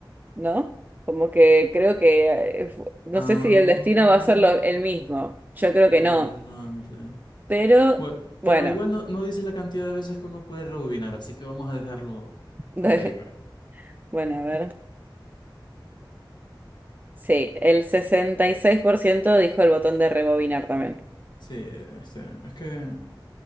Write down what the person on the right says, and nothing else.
¿no? Como que creo que, eh, fu- no
sé si el destino va a ser lo- el mismo, yo creo
que no, pero
bueno,
<laughs>
bueno, a ver. Sí, el 66% dijo el botón de rebobinar también.